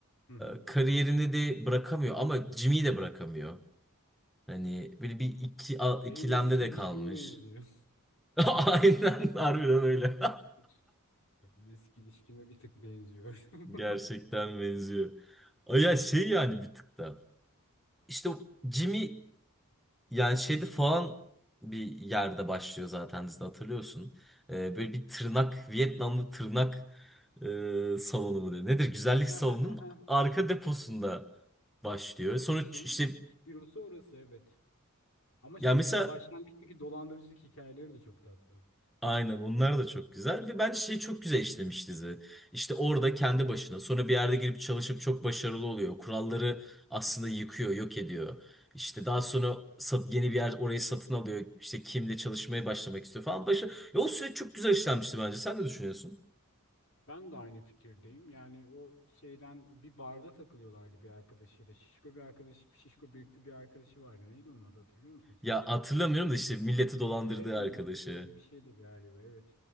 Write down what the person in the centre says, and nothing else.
e, kariyerini de bırakamıyor ama Jimmy'yi de bırakamıyor. Hani böyle bir iki, a- ikilemde
de
kalmış.
<laughs> Aynen harbiden öyle.
<laughs>
Gerçekten benziyor. Ay Ya şey yani bir tık da. İşte o Jimmy Yani şeyde falan bir yerde başlıyor zaten dizide hatırlıyorsun. Ee, böyle bir tırnak, Vietnamlı tırnak e, salonu mu diyor. Nedir? Güzellik
salonunun
arka deposunda başlıyor. Sonra
ç-
işte
yani mesela
Aynen onlar da çok güzel ve bence şeyi çok güzel işlemiş dizi. İşte orada kendi başına sonra bir yerde girip çalışıp çok başarılı oluyor. Kuralları aslında yıkıyor, yok ediyor. İşte daha sonra sat, yeni bir yer orayı satın alıyor. İşte kimle çalışmaya başlamak istiyor falan. Başı, ya o süreç çok güzel işlenmişti bence. Sen ne düşünüyorsun?
Ya hatırlamıyorum da işte milleti dolandırdığı
arkadaşı.